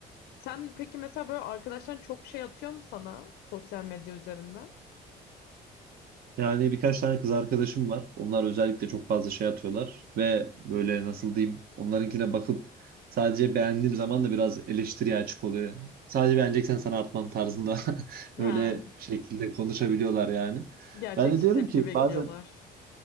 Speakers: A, on the left (about 75°); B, on the right (about 60°).
A: Sen peki mesela böyle arkadaşların çok şey atıyor mu sana sosyal medya üzerinden?
B: Yani birkaç tane kız arkadaşım var. Onlar özellikle çok fazla şey atıyorlar ve böyle nasıl diyeyim onlarınkine bakıp sadece beğendiğim zaman da biraz eleştiriye açık oluyor. Sadece beğeneceksen sana atmam tarzında <laughs>
A: Ha,
B: böyle bir şekilde konuşabiliyorlar yani.
A: gerçekçi
B: Ben de diyorum
A: tepki
B: ki
A: bekliyorlar.
B: bazen